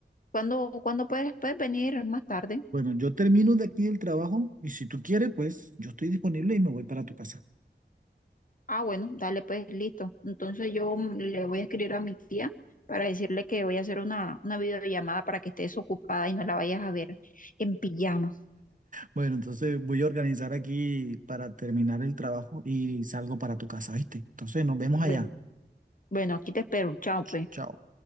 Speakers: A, on the left (about 45°); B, on the right (about 45°).
A: ¿Cuándo, cuándo puedes, puedes venir más tarde?
B: Bueno, yo termino de aquí el trabajo y si tú quieres, pues yo estoy disponible y me voy para tu casa.
A: Ah, bueno, dale, pues listo. Entonces yo mm, le voy a escribir a mi tía para decirle que voy a hacer una, una videollamada para que estés ocupada y no la vayas a ver en pijama.
B: Bueno, entonces voy a organizar aquí para terminar el trabajo y salgo para tu casa, ¿viste? Entonces nos vemos
A: Bueno,
B: allá.
A: bueno, aquí te espero. Chao, pues.
B: Ch- Chao.